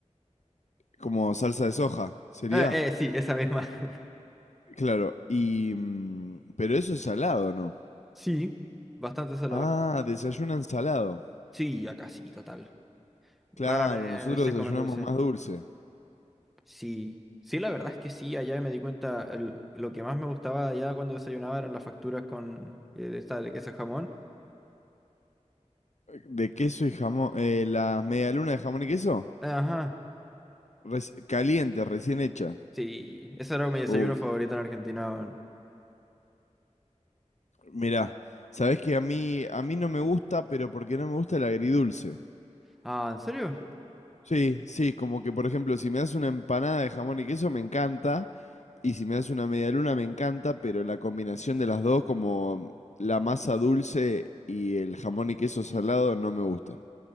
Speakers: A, on the left; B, in the centre.
A: Como salsa de soja, sería.
B: Ah, eh, sí, esa misma. <laughs>
A: Claro, y... mm, Pero eso es salado, ¿no?
B: Sí, bastante salado.
A: Ah, desayunan salado.
B: Sí, acá sí, total. Rara
A: Claro,
B: vez
A: nosotros
B: se
A: desayunamos
B: comen dulce.
A: más dulce.
B: Sí, sí, la verdad es que sí, allá me di cuenta, el- lo que más me gustaba allá cuando desayunaba eran las facturas con eh, de esta de queso jamón.
A: De queso y jamón. Eh, las medialunas de jamón y queso.
B: Ajá,
A: reci- caliente, recién hecha.
B: sí, ese era mi desayuno
A: Uh,
B: favorito en Argentina. weón.
A: mirá, sabés que a mí, a mí no me gusta, pero porque no me gusta el agridulce.
B: Ah, ¿en serio?
A: Sí, sí, como que por ejemplo, si me das una empanada de jamón y queso, me encanta. Y si me das una medialuna, me encanta, pero la combinación de las dos, como la masa dulce y el jamón y queso salado, no me gusta.